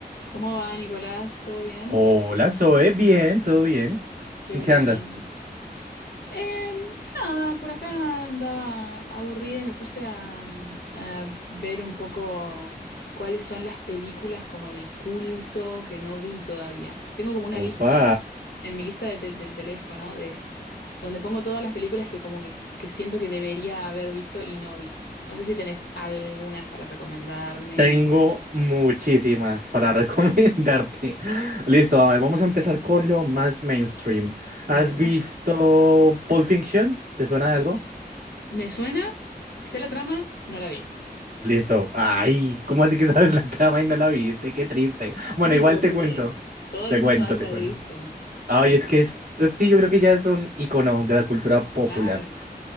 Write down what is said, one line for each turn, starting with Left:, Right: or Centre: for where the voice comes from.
Left: ¿Cómo va, Nicolás? ¿Todo bien?
Right: Hola, Zoe, bien, todo bien.
Left: Qué
Right: ¿En
Left: bueno.
Right: qué andas?
Left: Em, nada, por acá andaba aburrida y me puse a, mm, a ver un poco cuáles son las películas como de culto que no vi todavía. Tengo como una
Right: Opa,
Left: lista en mi lista de te- del teléfono de donde pongo todas las películas que como que, que siento que debería haber visto y no vi. No sé si tenés algunas para recomendarme.
Right: tengo muchísimas para <laughs> recomendarte.
Left: A ver,
Right: Listo, a ver, vamos a empezar con lo más mainstream.
Left: veamos.
Right: ¿Has visto Pulp Fiction? ¿Te suena de algo?
Left: ¿Me suena? ¿Sé la trama? No la vi.
Right: Listo. Ay, ¿cómo así que sabes la trama y no la viste? Qué triste. Bueno,
Left: Sí,
Right: igual
Left: pero
Right: te
Left: porque
Right: cuento.
Left: todo el
Right: Te
Left: mundo
Right: cuento,
Left: habla
Right: te cuento.
Left: de eso.
Right: Ay,
Left: Es como,
Right: es que es,
Left: que-
Right: es- sí, yo creo que ya es un icono de la cultura popular.
Left: claro.